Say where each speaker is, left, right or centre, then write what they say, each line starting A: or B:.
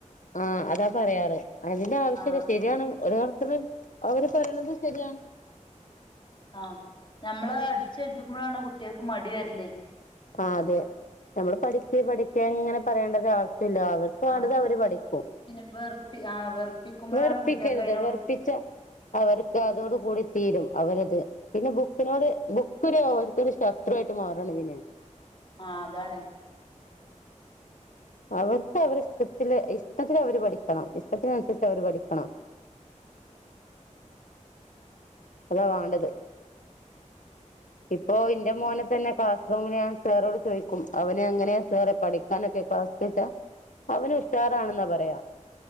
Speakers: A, on the left; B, on the left.
A: ആഹ് അതാ പറയാറ് അതിന്റെ ആവശ്യല്ല
B: ആ
A: ശരിയാണ് ഒര്കണക്കിന് അവര് പറയുന്നതും ശരിയാണ്
B: ആഹ് ഞമ്മള് അടിച്ചേൽപ്പിക്കുമ്പോഴാണ് കുട്ടികൾക്ക് മടി വരല്
A: ആഹ് അതെ നമ്മള് പഠിക്ക് പഠിക്കങ്ങനെ പറയേണ്ട ഒരു ആവശ്യമില്ല അവര് ക്ക്
B: ആ
A: വേണ്ടത് അവര് പഠിക്കും
B: പിന്നെ വെറുപ്പി ആ വെറുപ്പിക്കുമ്പോഴാണ്
A: വെറുപ്പിക്കരുത്
B: കുട്ടികൾക്ക് അതിനെ
A: വെറുപ്പിച്ച
B: കുറിച്ച്
A: അവർക്ക് അതോട് കൂടി തീരും അവരത് പിന്നെ ബുക്കിനോട് ബുക്കൊരു അവർക്കൊരു ശത്രു ആയിട്ട് മാറാണ് പിന്നെ
B: ആഹ് അതാണ്
A: <inaudible> അവർക്ക് അവർ ഇഷ്ടത്തില് ഇഷ്ടത്തിന് അവര് പഠിക്കണം ഇഷ്ടത്തിനനുസരിച്ച് അവര് പഠിക്കണം അതാ വാണ്ടത് ഇപ്പോ ഇന്റെ മോനെ തന്നെ ക്ലാസ് റൂമില് ഞൻ സാറോട് ചോയിക്കും അവന് എങ്ങനെയാ സാറെ പഠിക്കാനൊക്കെ ക്ലാസ് ചോയ്ച്ച അവന് ഉഷാറാണെന്നാ പറയാ